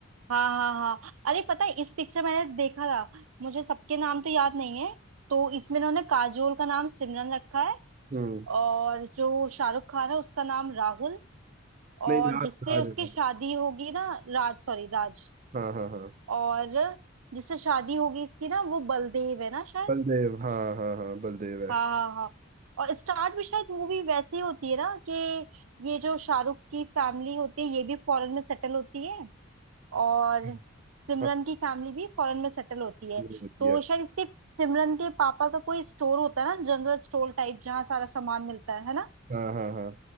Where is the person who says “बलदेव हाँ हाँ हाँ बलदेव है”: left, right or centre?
Right